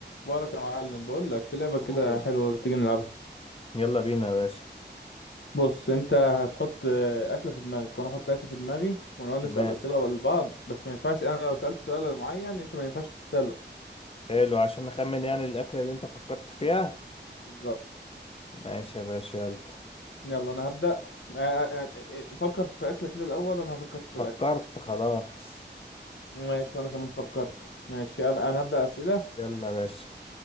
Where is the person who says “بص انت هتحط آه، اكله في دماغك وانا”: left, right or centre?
Left